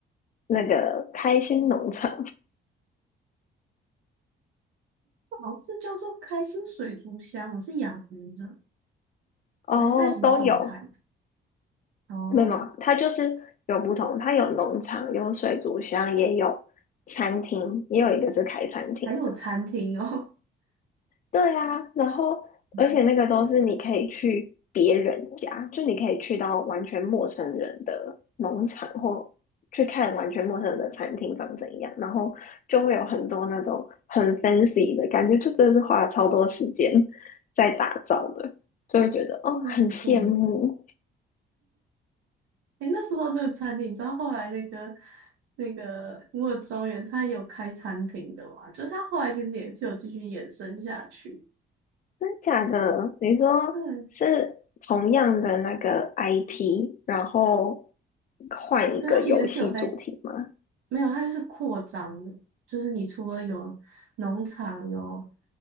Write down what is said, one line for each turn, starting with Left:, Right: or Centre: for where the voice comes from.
Left: 那个开心农场
Right: 好像是叫做开心水族箱我是养鱼的，
Left: <laughs> 哦，
Right: 还是它其实种菜的？
Left: 都有，
Right: 哦，
Left: 没有，没有它就是有不同，它有农场，有水族箱，也有餐厅，也有一个是开餐厅的。
Right: 还有餐厅哦。
Left: 对啊，然后而且那个都是你可以去别人家，
Right: 嗯
Left: 就你可以去到完全陌生人的农场或去看完全陌生人的餐厅长怎样，然后就会有很多那种很 fancy 的感觉，就真的是花了超多时间在打造的，就会觉得哦很羡慕，
Right: 嗯对。诶，那说到这个餐厅，你知道后来那个那个摩尔庄园它有开餐厅的嘛？就是它后来其实也是有继续延伸下去。
Left: 真的假的？你说
Right: 对，
Left: 是同样的那个 IP，然后换一个游戏主题吗？
Right: 对，它其实是有在没有，它就是扩张的就是你除了有农场，有